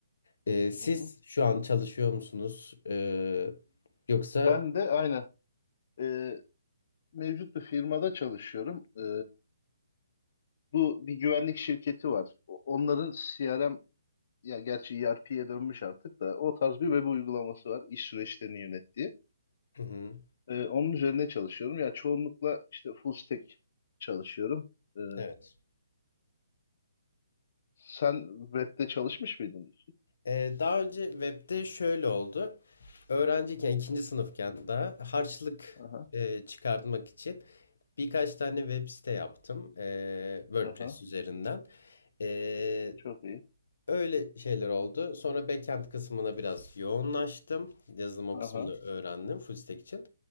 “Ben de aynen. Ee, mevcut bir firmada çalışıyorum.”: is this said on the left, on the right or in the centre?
Left